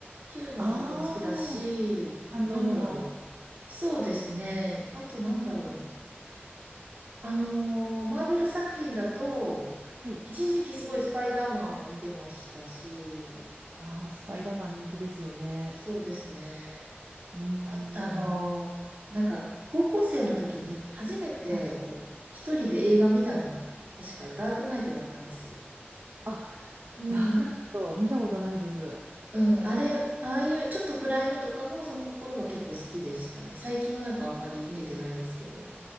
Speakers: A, on the right; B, on the right.
A: ヒューマンとかも好きだし、
B: ああ、感動もの。
A: なんだろう。そうですね。あとなんだろう。あのーマーベル作品だと、
B: はい。
A: 一時期すごいスパイダーマンを見てましたし、
B: ああ、スパイダーマン人気ですよね。
A: うんそうですね。
B: うー
A: あ、あのーなんか高校生の時に初めてこう一人で映画見たのが、
B: ん。はい
A: 確かダークナイトだったんですよ。
B: あ、
A: うん。
B: ダークナイト、見たことないです。
A: うん、あれ、ああいうちょっと暗いのとかもその頃は結構好きでしたね。最近はなんかあんまり見れてないですけど。